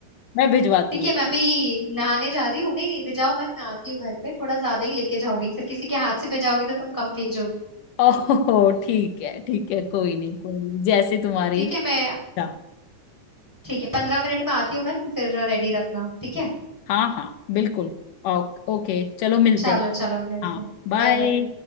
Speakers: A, on the left (about 85°); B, in the centre.
A: मैं भिजवाती
B: ठीक
A: हूँ
B: है मैं अभी नहाने जा रही हूँ नहीं नहीं भिजाओ मत मैं आती हूँ घर पे थोड़ा ज्यादा ही लेके जाओगी फिर किसी के हाथ से भिजाओगी तो तुम कम भेजोगी
A: ओहो ठीक है ठीक है कोई नहीं कोई नहीं जैसे तुम्हारी
B: ठीक है मैं
A: इच्छा
B: ठीक है पंद्रह मिनट में आती हूँ मैं तुम फिर रेडी रखना ठीक है
A: हाँ हाँ बिल्कुल ओक- ओके चलो मिलते
B: चलो
A: हैं
B: चलो मिलते
A: हाँ
B: हैं
A: बाय
B: Bye bye